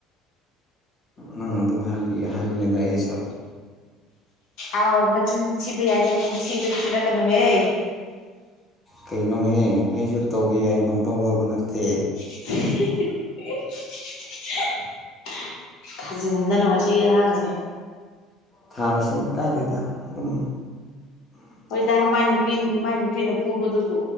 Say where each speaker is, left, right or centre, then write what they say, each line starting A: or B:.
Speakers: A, on the left; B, on the left.
A: ꯅꯪ ꯑꯗꯨ ꯍꯥꯏꯔꯝꯕꯒꯤ ꯍꯥꯏꯕꯅꯤꯗ ꯑꯩꯁꯨ
B: ꯑꯥꯎ ꯃꯆꯤꯟꯗꯤ ꯊꯤꯕ ꯌꯥꯏꯅ ꯅꯆꯤꯟ ꯊꯤꯗꯤ ꯊꯤꯔꯛꯀꯅꯨꯍꯦ
A: ꯀꯩꯅꯣꯅꯦꯍꯦ ꯑꯩꯁꯨ ꯇꯧꯕ ꯌꯥꯏꯅ ꯄꯪꯇꯧ ꯇꯧꯕ ꯅꯠꯇꯦ
B: <unintelligible> <unintelligible> ꯊꯥꯖꯤꯟꯗꯅ ꯃꯁꯤꯒꯤ ꯑꯉꯥꯡꯁꯦ
A: ꯊꯥꯔꯁꯨ ꯀꯥꯏꯗꯦꯗ ꯑꯗꯨꯝ
B: ꯗ ꯃꯥꯏ ꯅꯨꯄꯤꯟ ꯃꯥꯏ ꯅꯨꯄꯤꯅ ꯐꯨꯕꯗꯨꯕꯨ